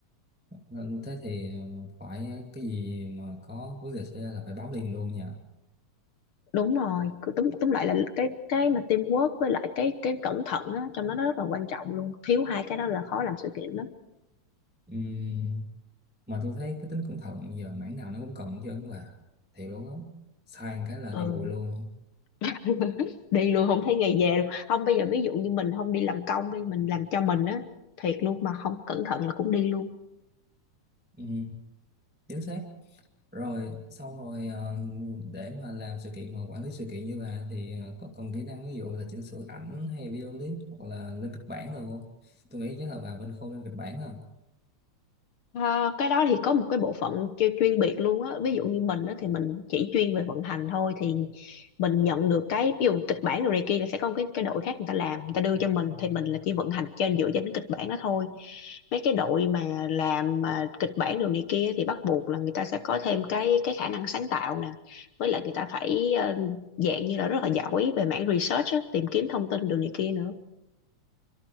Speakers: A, in the centre; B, on the left.
A: nên thế thì ờ, phải cái gì mà có vấn đề xe là phải báo liền luôn nha
B: đúng rồi cứ túm túm lại là cái cái mà teamwork với lại cái cái cẩn thận á trong đó nó rất là quan trọng luôn thiếu hai cái đó là khó làm sự kiện lắm
A: Ừm, mà tôi thấy cái tính cẩn thận giờ mảng nào nó cũng cần chứ bà thiệt luôn á sai một cái là
B: ừ
A: đi bụi luôn
B: <laughs> đi luôn không thấy ngày về luôn không bây giờ ví dụ như mình không đi làm công đi mình làm cho mình á thiệt luôn mà không cẩn thận là cũng đi luôn
A: Ừm, chính xác rồi xong rồi ờ, để mà làm sự kiện hoặc quản lý sự kiện như bà thì ờ, có cần kỹ năng ví dụ là chỉnh sửa ảnh hay video clip hoặc là lên kịch bản rồi không tôi nghĩ chắc là bà bên khâu lên kịch bản không
B: Ờ, cái đó thì có một cái bộ phận chuyên, chuyên biệt luôn á ví dụ như mình á thì mình chỉ chuyên về vận hành thôi thì mình nhận được cái ví dụ kịch bản rồi này kia là sẽ có một cái cái đội khác người ta làm người ta đưa cho mình thì mình là chỉ vận hành trên dựa trên cái kịch bản đó thôi mấy cái đội mà làm mà kịch bản rồi này kia thì bắt buộc là người ta sẽ có thêm cái cái khả năng sáng tạo nè với lại người ta phải ờ, dạng như là rất là giỏi về mảng research á, tìm kiếm thông tin đồ này kia nữa